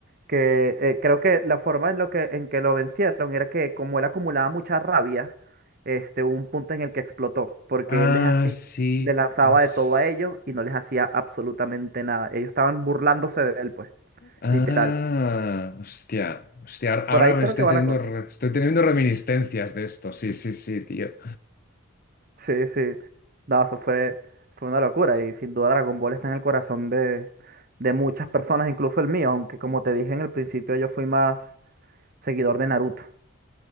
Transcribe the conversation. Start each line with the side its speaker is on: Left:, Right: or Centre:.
Right: que eh, creo que la forma en, lo que, en que lo vencieron era que como él acumulaba mucha rabia, este, hubo un punto en el que explotó, porque
Left: Ah,
Right: él les hacía,
Left: sí.
Right: le lanzaba
Left: Es...
Right: de todo a ellos y no les hacía absolutamente nada. Ellos estaban burlándose de él, pues,
Left: Ah,
Right: literal.
Left: hostia. Hostia, ahora ahora
Right: Por ahí creo
Left: me estoy
Right: que va
Left: teniendo,
Right: la cosa.
Left: re- estoy teniendo reminiscencias de esto. Sí, sí, sí, tío.
Right: Sí, sí. No, eso fue, fue una locura y sin duda Dragon Ball está en el corazón de, de muchas personas, incluso el mío, aunque como te dije en el principio yo fui más seguidor de Naruto.